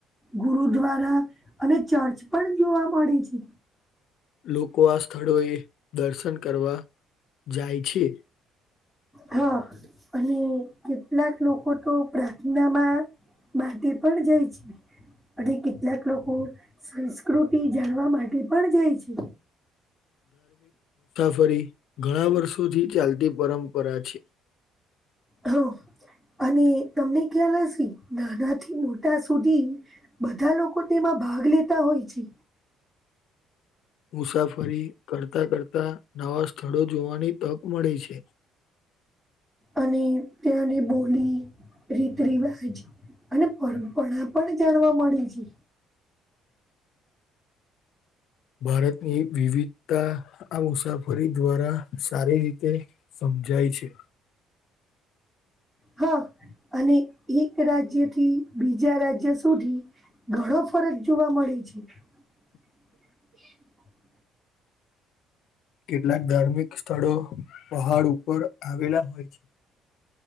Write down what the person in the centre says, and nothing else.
ગુરુદ્વારા અને ચર્ચ પણ જોવા મળે છે.
હા, અને કેટલાક લોકો તો પ્રાર્થનામા બાંઘી પણ જાય છે. અને કેટલાક લોકો સંસ્કૃતિ જાણવા માટે પણ, જાય છે.
હ અને તમને ખ્યાલ હશે, નાના થી મોટા સુધી બધા લોકો તેમા ભાગ લેતા હોય છે.
અને ત્યાંની બોલી રીત રિવાજ અને પરંપરા પણ જાણવા મણે છે.
હા અને એક રાજ્ય થી, બીજા રાજ્ય સુધી ઘણો ફરક જોવા મળે જી
<inaudible>